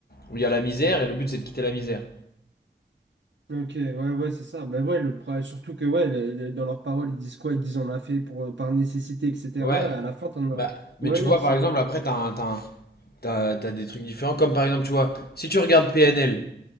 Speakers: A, on the left; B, on the right.
A: où il y a la misère, et le but c'est de quitter la misère.
B: Ok, ouais, ouais, c'est ça. Mais ouais, le, pro- surtout que ouais, le- le- dans leurs paroles, ils disent quoi? Ils disent on l'a fait pour, euh, par nécessité, etc.
A: Ouais.
B: À la fin, t'en as.
A: Bah, mais
B: Ouais,
A: tu
B: non,
A: vois,
B: c'est.
A: par exemple, après, t'as un- t'as un- t'as, t'as des trucs différents. Comme par exemple, tu vois, si tu regardes PNL,